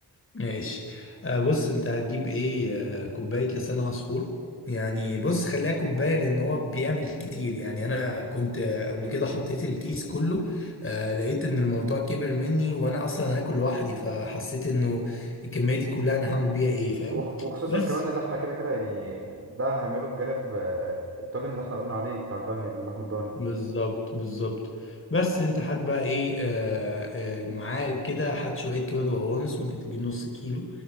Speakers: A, on the left; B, on the right.
A: ماشي آه بص انت هتجيب ايه آه كوباية لسان عصفور يعني بص خليها كوباية لان هو بيعمل كتير يعني انا كنت آه، قبل كده حطيت الكيس كله آه لقيت ان الموضوع كبر مني وانا اصلا هاكل لوحدي فحسيت انه الكمية دي كلها انا هعمل بيها ايه فاهم
B: وخ- وخصوصا
A: بس
B: كمان اللي احنا كده كده يعني ده هنعمله بجانب آه، الطاجن اللي احنا قلنا عليه بتاع البامية باللحمة الضاني
A: بالظبط بالظبط بس انت هات بقى ايه آه آه معاه كده هات شويه كبد وقوانص ممكن تجيب نص كيلو